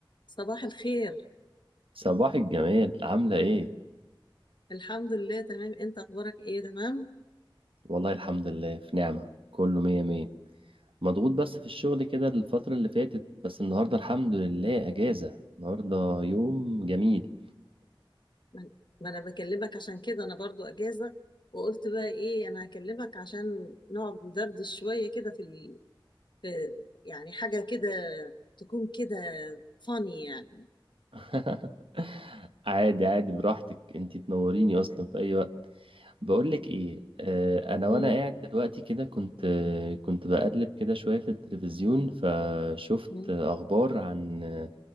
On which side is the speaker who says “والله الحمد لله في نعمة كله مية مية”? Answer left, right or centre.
Right